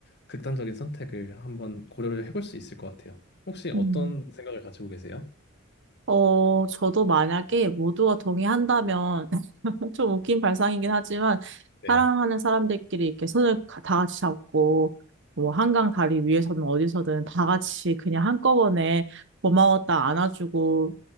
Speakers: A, on the left (about 50°); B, on the right (about 55°).
A: 극단적인 선택을 한번 고려를 해볼 수 있을 것 같아요. 혹시 어떤
B: 음.
A: 생각을 가지고 계세요?
B: 어, 저도 만약에 모두가 동의한다면, 뭐 좀 웃긴 발상이긴 하지만
A: 네.
B: 사랑하는 사람들끼리 이렇게 손을 가- 다 같이 잡고 뭐 한강 다리 위에서든 어디서든 다 같이 그냥 한꺼번에 고마웠다 안아주고